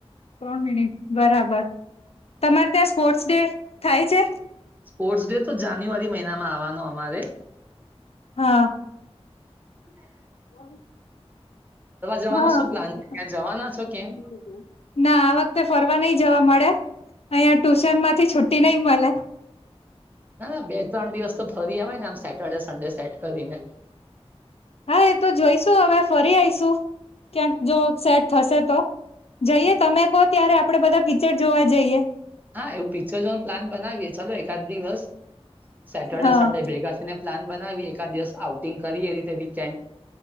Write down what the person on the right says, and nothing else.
સ્પોર્ટ્સ ડે તો જાન્યુઆરી મહિનામાં આવવાનો અમારે.
હ
જવાનો
શું પ્લાન
છે ક્યાં જવાના છો ક્યાં
ના ના બે ત્રણ દિવસ તો ફરી આવે ને આમ સેટરડે સન્ડે સેટ કરીને.
હા એવું પિક્ચર જોન પ્લાન બનાવીયે ચાલો એકાદ દિવસ. સેટરડે
સન્ડે ભેગા થઈને પ્લાન બનાવીએ એકાદ દિવસ આઉટિંગ કરી એ રીતે વીકેન્ડ.